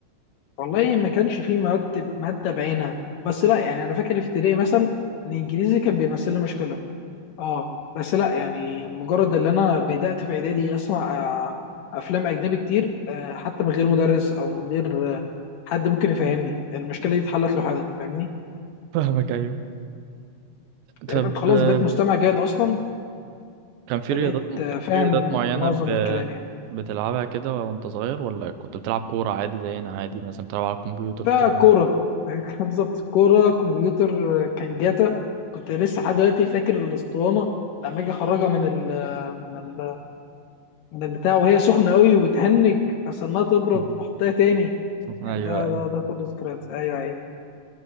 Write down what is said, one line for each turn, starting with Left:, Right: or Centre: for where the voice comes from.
Left: والله ما كانش فيه مواد ماده بعينها بس لا يعني انا فاكر في ابتدائي مثلا ان الانجليزي كان بيمثل لي مشكله اه بس لا يعني مجرد اللي انا بدأت في اعدادي اسمع آه، افلام اجنبي كتير آه، حتى من غير مدرس او من غير آه، حد ممكن يفهمني المشكله دي اتحلت لوحدها فاهمني
Right: فاهمك ايوه
Left: لان
Right: طب
Left: انت خلاص
Right: آه،
Left: بقيت مستمع جيد اصلا
Right: كان في
Left: فبقيت
Right: رياضات كان
Left: آه، فاهم
Right: في رياضات معينة
Left: معظم
Right: ب...
Left: الكلام يعني
Right: بتلعبها كده وانت صغير ولا كنت بتلعب كورة عادي زينا عادي مثلا بتلعب على الكمبيوتر
Left: ده
Right: كده
Left: كوره <laughs> بالظبط كوره كمبيوتر آه، كان جاتا كنت لسه لحد دلوقتي فاكر الاسطوانه لما اجي اخرجها من ال من ال من البتاع وهي سخنه قوي وتهنج فصرناها تبرد
Right: <laughs>
Left: فاحطها تاني
Right: ايوه
Left: يعني ده
Right: ايوه
Left: ده ده كل ذكريات ايوه ايوه